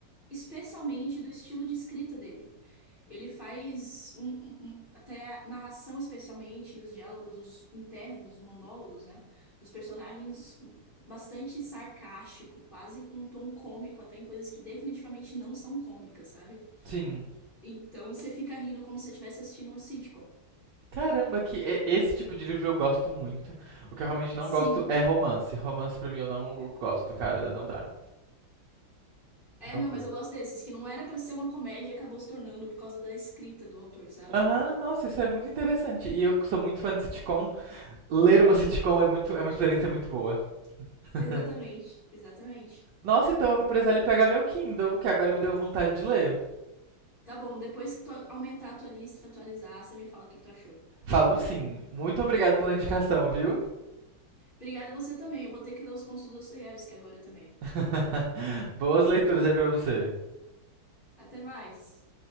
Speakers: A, on the left; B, on the right.
A: especialmente do estilo de escrita dele. Ele faz um, um- um- até a narração, especialmente, e os diálogos os internos, os monólogos, né? Dos personagens bastante sarcástico, quase com um tom cômico, até em coisas que definitivamente não são cômicas, sabe?
B: Sim.
A: Então você fica rindo como se você estivesse assistindo uma sitcom.
B: Caramba, que e- esse tipo de livro eu gosto muito. O que eu realmente não
A: Sim.
B: gosto é romance. Romance pra mim eu não gosto, cara, não dá.
A: É,
B: Não.
A: não, mas eu gosto desses, que não era pra ser uma comédia e acabou se tornando por causa da escrita do autor, sabe?
B: Aham, nossa, isso é muito interessante. E eu que sou muito fã de sitcom. Ler uma sitcom é muito, é uma experiência muito boa. <laughs>
A: Exatamente, exatamente.
B: Nossa, então eu vou precisar ali pegar meu Kindle, que agora me deu vontade de ler.
A: Tá bom, depois que tu aumentar a tua lista, atualizar, você me fala o que tu achou.
B: Falo sim. Muito obrigado pela indicação, viu?
A: Obrigada a você também. Eu vou ter que ler os contos do Dostoiévski agora também.
B: <laughs> Boas leituras aí pra você.
A: Até mais.